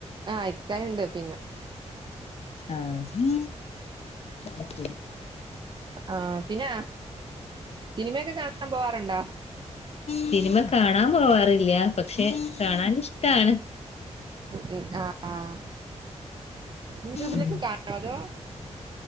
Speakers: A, on the right; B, on the left.
A: ആഹ് ഇക്കായുണ്ട് പിന്ന
B: ആഹ് അത്ശെരി
A: ആഹ് പിന്ന സിനിമയൊക്കെ കാണാൻ പോവാറുണ്ടാ?
B: സിനിമ കാണാൻ പോവാറില്ല പക്ഷെ കാണാൻ ഇഷ്ടാണ്
A: ഉം ഉം ആഹ് യൂട്യൂബിലേക്കെ
B: ഉം
A: കാണ അതോ